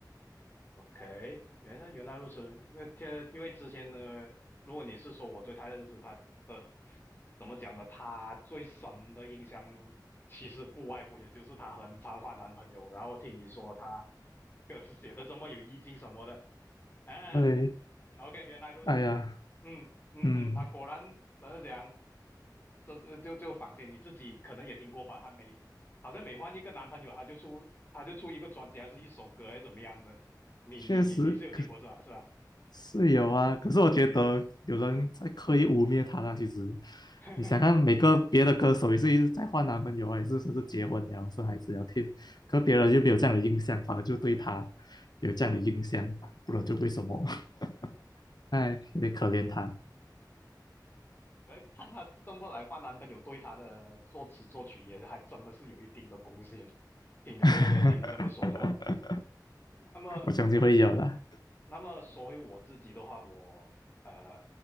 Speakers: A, on the left (about 30°); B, on the left (about 65°).
A: OK，原来原来如此。因为这因为之前呢，如果你是说我对他的认识，他的怎么讲呢？他最深的印象其实不外乎也就是他很常换男朋友，然后听你说他歌词写的这么有意境什么的，哎、
B: 对，
A: o k 原来如此。
B: 哎呀，
A: 嗯嗯嗯，
B: 嗯，
A: 他果然怎么讲？这呃就就房间你自己可能也听过吧？她每好像每换一个男朋友，她就出她就出一个专辑，还是一首歌，还是怎么样的？你你你你是有听过是吧？
B: 确实，
A: 是吧？
B: 是有啊，可是我觉得有人在刻意污蔑他啦。
A: 嗯，
B: 其实，
A: <laughs>
B: 你想看每个别的歌手也是一直在换男朋友啊，也是甚至结婚了生孩子了听，可别人又没有这样的印象，反而就对他有这样的印象，不然就为什么？<laughs> 哎，有点可怜他。
A: 呃，看她这么来换男朋友，对她的作词作曲也还真的是有一定的贡献。听了人家听你这么说的话，
B: <laughs>
A: 那么
B: 我相信会有的，
A: 那么说回我自己的话，我呃